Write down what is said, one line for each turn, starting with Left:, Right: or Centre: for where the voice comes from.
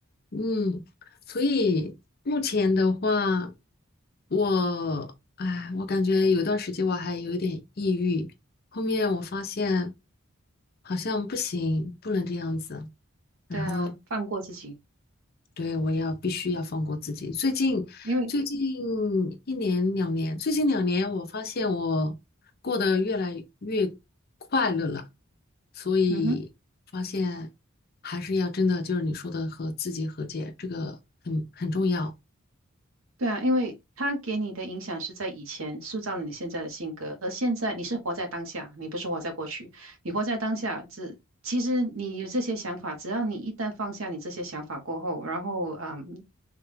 Left: 嗯，所以目前的话，我，哎，我感觉有段时间我还有一点抑郁，后面我发现好像不行，不能这样子，然后
Right: 对啊，放过自己，
Left: 对，我要必须要放过自己。最近最近
Right: 因为，
Left: 一年两年，最近两年我发现我过得越来越快乐了，所以发现还是要真的就是你说的和自己和解，
Right: 嗯哼，
Left: 这个很很重要。
Right: 对啊，因为他给你的影响是在以前塑造了你现在的性格，而现在你是活在当下，你不是活在过去。你活在当下，只其实你有这些想法，只要你一旦放下你这些想法过后，然后嗯，